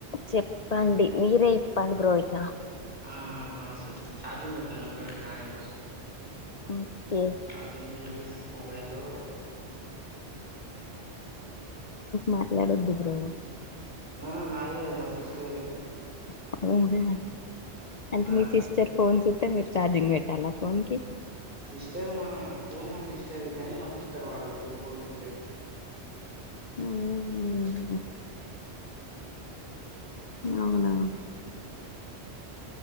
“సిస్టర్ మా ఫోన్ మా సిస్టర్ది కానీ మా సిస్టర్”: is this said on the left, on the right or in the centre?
Right